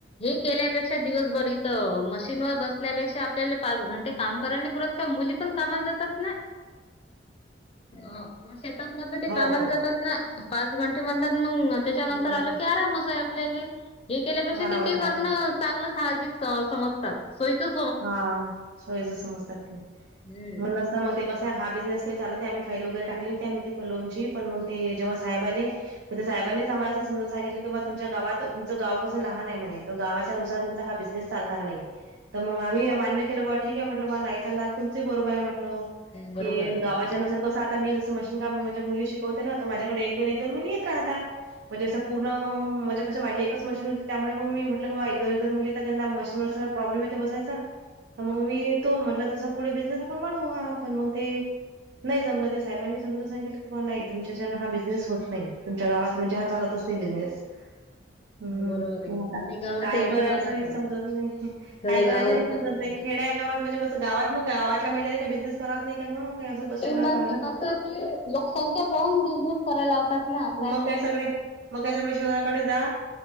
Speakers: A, on the left; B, on the right.
A: हे केल्यापेक्षा, दिवसभर इथं मशीनवर बसल्यापेक्षा, आपल्याला पाच घंटे काम करायला नाही. परत का, मुली पण कामाला जातात ना. मग, शेतात म्हधलं ते
B: हो
A: कामाला
B: हो
A: जातात ना. पाच घंटे म्हणतात. मग त्याच्यानंतर
B: हम्म
A: आलो की, आरामस आहे. आपल्याला हे केल्यापक्ष.
B: आरामात
A: ते ते
B: राहतात.
A: करण ना चांगलं साहजिक सम समजतात. चल ठेऊ.
B: हा, <inaudible> सच समजत.
A: हम्म
B: म्हला हा मग ते कसं, हा बिझनेस काई चालत नाही. आम्ही फाईल वगैरे टाकली होती. आम्ही ते बेलून ची पण मग ते जेव्हा साहेब आले मग, ते साहेबांनीच आमला असं समजून सांगितलं की, बा तुमच्या गावत तुमचं गाव कसं लहान आहे म्हणे, गावाच्या नुसार हा, बिझनेस चालणार नाही. तर, मग आम्ही मान्य केलं बा, ठीक आहे. म्हटलं बा, नाही चाललानार, तुमचही बरोबर आहे. म्हटलं.
A: बरोबर
B: की,
A: आहे ते
B: गावाच्या नुसार कसं आता मी मशीन काम, म्हणजे मुली शिकवते ना, तर माझ्या कड ऐक दोन, ऐक दोन मुली येत राहतात. कसं म्हणजे, कसं माझी एकच मशीन होती. त्यामुळे मग मी म्हटलं, बा एक, दो, एक जण मुली यता. त्यांना मशीन वर बसाय प्रॉब्लेम ते बसायचा, तर मग मी तो जस बिझनेस आपण वाढवू. हा पण मग ते नाही जमलं, ते साहेबांनी समजून सांगितलं, की बा नाही तुमच्यानना हा बिझनेस होत नाही. तुमच्या गावात म्हणजे, हा चालतच नाही बिझनेस. हम्म,
A: बरोबर आहे
B: ओउन
A: ना
B: टाक,
A: नाही गावाच्या
B: काय
A: हिशोबान
B: करायचं हे
A: चाल
B: समजत नाही.
A: थोडं
B: काय करायचं
A: गाव
B: हे
A: असलं
B: समजत
A: तर
B: नाही. खेड्या गावात म्हणजे कसं गावात मग गावातल्या महिला काही बिझनेस करा नाही का म, काय असं बस गाव
A: मग ते कसं ते लोकसंख्या पाहून बिझनेस करायला लावतात. ना असं
B: मग
A: आहे ना
B: काय सगळे, मग काय सगळे शहराकडे जा.